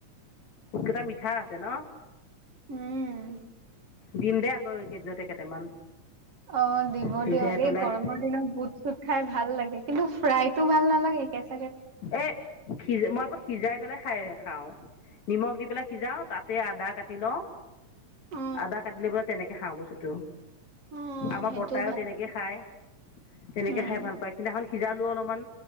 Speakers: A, on the left (about 65°); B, on the right (about 55°).
A: বোত কেটা মিঠা আছে ন
B: উম
A: দিম দে আকৌ এইকেইদিনতে কেইটামান
B: অ দিব
A: সিজাই
B: দিয়ক
A: পেলাই
B: এই গৰমৰ দিনত বুট চুট খাই ভাল লাগে কিন্তু ফ্ৰাইতটো ভাল নালাগে একেচা <unintelligible>
A: এ সিজ মই আকৌ সিজাই পেলাই খাই খাওঁ নিমখ দি পেলাই সিজাওঁ তাতে আদা কাটি লওঁ
B: অ
A: <unintelligible> আদা কাটিলে বলে তেনেকে খাওঁ বস্তুটো
B: অ
A: আমাৰ
B: সেইটোও
A: বৰ্তাইও
B: ভাল
A: তেনেকে
B: লাগে
A: খায় তেনেকে
B: উম
A: খাই ভাল পায় সিদিনাখন সিজালো অলপমান